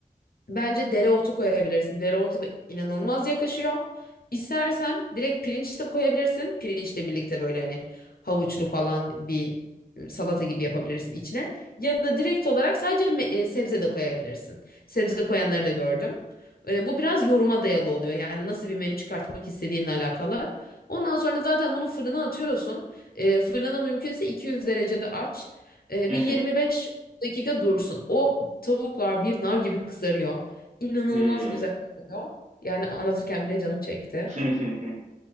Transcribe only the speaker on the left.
Bence dereotu koyabilirsin. Dereotu da inanılmaz yakışıyor. İstersen direkt pirinç de koyabilirsin. Pirinçle birlikte böyle hani havuçlu falan bir salata gibi yapabilirsin içine. Ya da direkt olarak sadece me- e, sebze de koyabilirsin. Sebze de koyanları da gördüm. E, bu biraz yoruma dayalı oluyor. Yani nasıl bir menü çıkartmak istediğinle alakalı. Ondan sonra zaten bunu fırına atıyorsun. E, fırını mümkünse 200 derecede aç. E,
bir
yirmi beş dakika dursun. O tavuklar bir nar gibi kızarıyor. İnanılmaz
güzel oluyor. Yani anlatırken bile canım çekti.